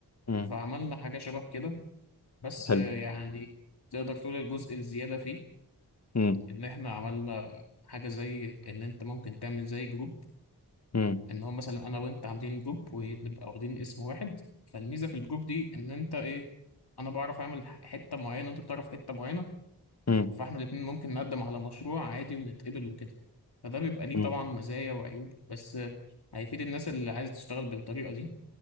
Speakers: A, on the left; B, on the left.
A: امم
B: فعملنا حاجة شبه كده بس
A: حلو
B: آه، يعني تقدر تقول الجزء الزيادة فيه
A: امم
B: إن إحنا عملنا حاجة زي إن أنت ممكن تعمل زي جروب
A: امم
B: ان هو مثلا انا وانت عاملين جروب ونبقى واخدين اسم واحد فالميزه في الجروب دي ان انت ايه انا بعرف اعمل ح- حته معينه وانت بتعرف حته معينه
A: امم
B: فاحنا الاتنين ممكن نقدم على مشروع عادي ونتقبل وكده فده بيبقى ليه
A: امم
B: طبعا مزايا وعيوب بس آه، هيفيد الناس اللي عايزه تشتغل بالطريقه دي